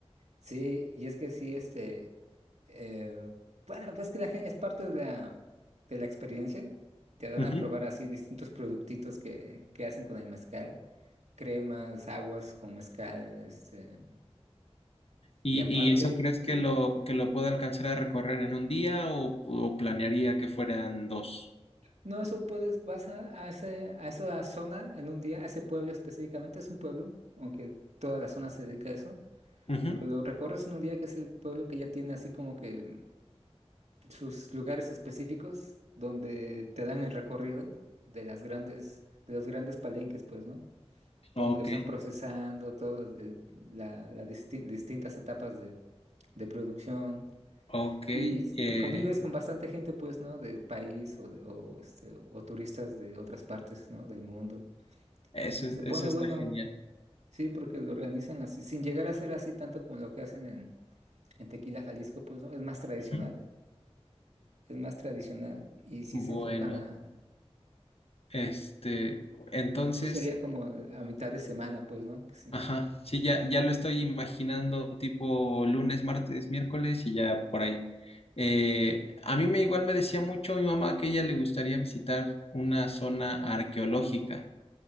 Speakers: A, on the right; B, on the left.
A: Sí, y es que sí, este, eh, bueno, pues que la gente es parte de la, de la experiencia. Te dan
B: Ujú.
A: a probar así distintos productitos que, que hacen con el mezcal, cremas, aguas con mezcal, este,
B: ¿Y,
A: y aparte.
B: y eso crees que lo, que lo pueda alcanzar a recorrer en un día o, o planearía que fueran dos?
A: No, eso puedes, vas a, a, ese- a esa zona en un día, a ese pueblo específicamente, es un pueblo, aunque toda la zona se dedica a eso,
B: Ujú.
A: pero lo recorres en un día que es el pueblo que ya tiene así como que sus lugares específicos donde te dan el recorrido de las grandes, de los grandes palenques, pues, ¿no? Donde
B: Ok,
A: lo están procesando, todas las distintas etapas de, de producción.
B: ok,
A: Y, s-
B: eh,
A: y convives con bastante gente, pues, ¿no? Del país o, de- o, este, o turistas de otras partes, ¿no? Del mundo.
B: eso,
A: Se pone
B: eso está
A: bueno,
B: genial.
A: sí, porque lo organizan así, sin llegar a ser así tanto como lo que hacen en, en Tequila, Jalisco, pues, ¿no? Es más tradicional,
B: Ujú.
A: es más tradicional y sí
B: Bueno,
A: se enfocan a...
B: este, entonces.
A: Eso sería como a mitad de semana, pues, ¿no? Que Sí,
B: Ajá, sí, ya, ya lo estoy imaginando tipo lunes, martes, miércoles y ya por ahí. Eh, a mí me igual me decía mucho mi mamá que ella le gustaría visitar una zona arqueológica.